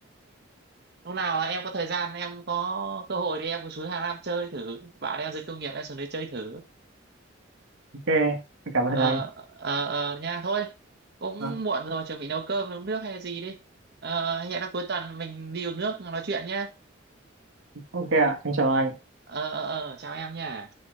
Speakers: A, on the right; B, on the right.
A: lúc nào là em có thời gian em có cơ hội thì em cứ xuống Hà Nam chơi thử bạn em dưới công nghiệp em xuống đấy chơi thử
B: ok em cảm
A: ờ
B: ơn anh
A: ờ ờ, nha thôi cũng
B: Vâng,
A: muộn rồi chuẩn bị nấu cơm nấu nước hay gì đi ờ, hẹn là cuối tuần mình đi uống nước nói chuyện nhá
B: ok ạ em chào anh
A: ờ ờ ờ, chào em nha